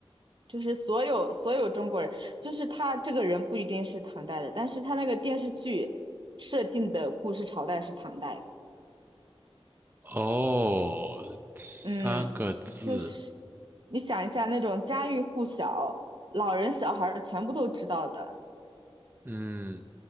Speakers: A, on the right; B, on the right.
A: 就是所有所有中国人，就是他这个人不一定是唐代的，但是他那个电视剧设定的故事朝代是唐代的，
B: 哦，三个字，
A: 嗯，就是你想一下那种家喻户晓，老人小孩儿全部都知道的，
B: 嗯，